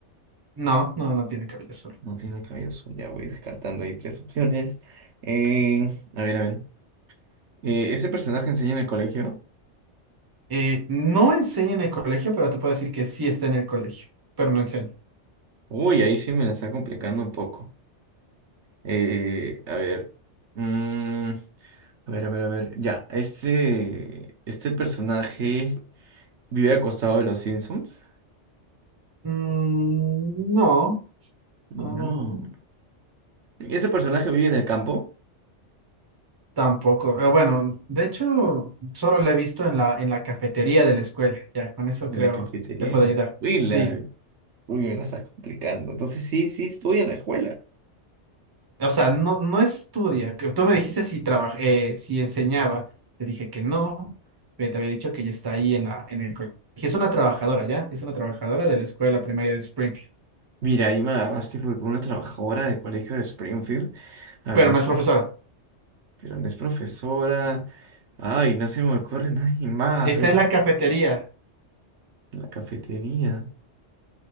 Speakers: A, on the right (about 25°); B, on the right (about 75°).
A: No, no, no tiene cabello azul.
B: No tiene el cabello azul, ya voy descartando ahí tres opciones. Eh, a ver, a ver. Eh, ¿ese personaje enseña en el colegio?
A: Eh, no enseña en el colegio, pero te puedo decir que sí está en el colegio, pero no enseña.
B: Uy, ahí sí me la está complicando un poco. Eh, a ver. mm, a ver, a ver, a ver. Ya, este, este personaje vive al costado de los Simpsons.
A: Mm, no, no,
B: No.
A: no,
B: Ese personaje vive en el campo,
A: tampoco. Eh, bueno, de hecho, solo la he visto en la, en la cafetería de la escuela. Ya, con eso
B: en
A: creo
B: la cafetería,
A: te puedo
B: en la
A: ayudar.
B: escuela.
A: Sí.
B: Uy, me la estás complicando. Entonces sí, sí, estoy en la escuela.
A: O sea, no, no estudia. que Tú me dijiste si trabaja, eh, si enseñaba. Te dije que no. eh, te había dicho que ya está ahí en la, en el colegio. Es una trabajadora, ¿ya? Es una trabajadora de la escuela primaria de Springfield.
B: Mira, ahí me agarraste porque una trabajadora del colegio de Springfield. A
A: Pero
B: ver,
A: no es profesora.
B: pero no es profesora. Ay, no se me ocurre nadie más.
A: Está
B: A ver,
A: en la cafetería.
B: en la cafetería.